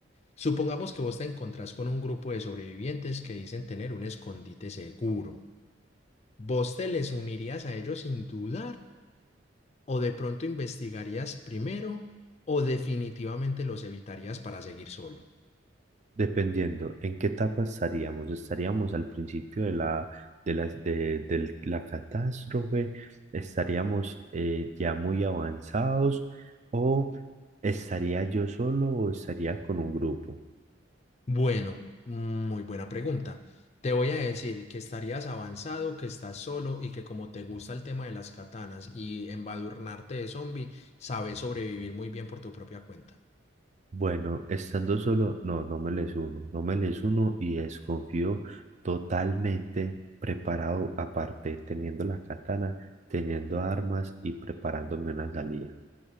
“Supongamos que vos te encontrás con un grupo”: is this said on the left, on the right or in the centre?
Left